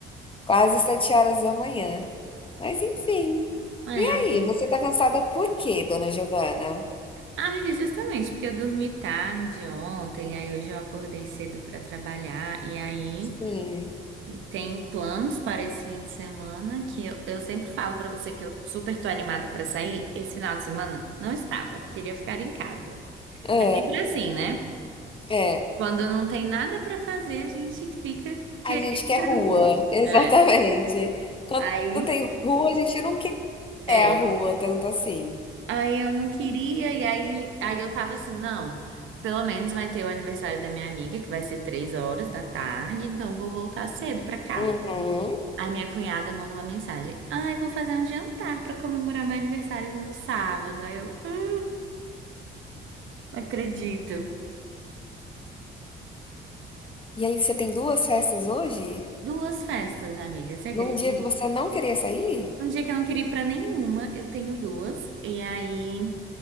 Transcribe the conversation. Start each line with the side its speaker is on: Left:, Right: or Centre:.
Left: Quase sete horas da manhã. Mas enfim.
Right: É,
Left: E aí,
Right: amiga.
Left: você tá cansada por quê, dona Giovana?
Right: Amiga, justamente porque eu dormi tarde ontem, aí hoje eu acordei cedo pra trabalhar, e aí
Left: Sim.
Right: tenho planos para esse fim de semana que eu, eu sempre falo pra você que eu super tô animada pra sair. Esse final de semana não estava, queria ficar em casa.
Left: Hã,
Right: É sempre assim, né?
Left: é.
Right: Quando não tem nada pra fazer, a gente fica querendo
Left: A gente
Right: ir
Left: quer
Right: pra
Left: rua,
Right: rua.
Left: <laughs> exatamente.
Right: É.
Left: Quando
Right: Aí,
Left: tem rua, a gente não quer
Right: é.
Left: a rua tanto assim.
Right: Aí eu não queria, e aí, aí eu tava assim, não, pelo menos vai ter o aniversário da minha amiga, que vai ser três horas da tarde, então eu vou voltar cedo pra casa.
Left: Uhum.
Right: Aí minha cunhada manda uma mensagem: Ai, vou fazer um jantar pra comemorar meu aniversário no sábado. Aí eu, hum, não acredito.
Left: E aí, você tem duas festas hoje?
Right: Duas festas, amiga, você acredita?
Left: Num dia que você não queria sair?
Right: Um dia que eu não queria ir pra nenhuma, eu tenho duas. E aí.